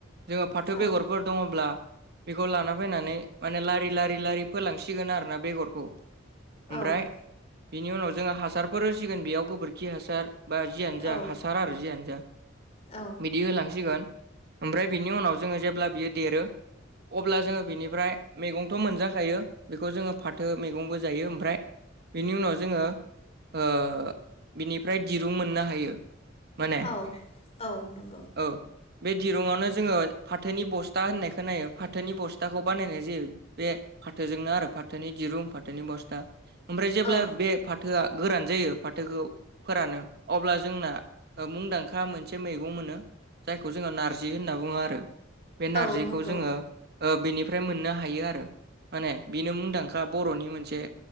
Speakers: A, on the right; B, on the left.
A: जोङो फाथो
B: औ
A: बेगरफोर दङब्ला बेखौ लाना फैनानै माने लारि लारि लारि फोलांसिगोन आरोना बेगर खौ ओमफ्राय
B: औ
A: बिनि उनाव जोङो हासारफोर होसिगोन बेयाव गोबोरखि हासार बा जियानो
B: औ
A: जा हासारा आरो जियानो जा
B: औ
A: बिदि होलांसिगोन ओमफ्राय बिनि उनाव जोङो जेब्ला बियो देरो। अब्ला जोङो बिनिफ्राय मैगंथ' मोनजाखायो बेखौ जोङो फा थो मैगंबो जायो ओमफ्राय बिनि उनाव जोङो ओ बिनिफ्राय दिरुं मोननो हायो माने
B: औ औ नंगौ
A: औ बे दिरुंआवनो जोङो फाथोनि बस्था होननायखौ नायो फाथोनि बस्थाखौ बानायनाय जायो। बे फाथोजोंनो आरो फाथोनि दिरुं फाथोनि बस्था ओमफ्राय जेब्ला
B: औ
A: बे फा थोआ गोरान जायो फाथोखौ फोरानो अब्ला जोंना मुंदांखा मोनसे मैगं मोनो जायखौ जोङो नारजि होनना बुङो आरो बे नारजिखौ
B: औ नंगौ
A: जोङो ओ बेनिफ्राय मोननो हायो आरो माने बेनो मुंदां खा बर'नि मोनसे